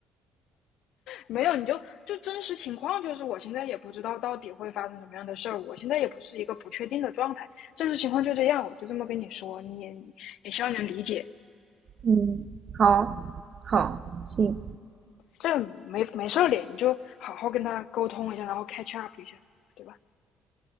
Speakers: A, on the left; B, on the right.
A: 没有，你就就真实情况就是，我现在也不知道到底会发生什么样的事儿，我现在也不是一个不确定的状态，真实情况就这样，我就这么跟你说，你也也希望你能理解，
B: 嗯，好，好，行。
A: 这没没事儿的，你就好好跟他沟通一下，然后 catch up 一下，对吧？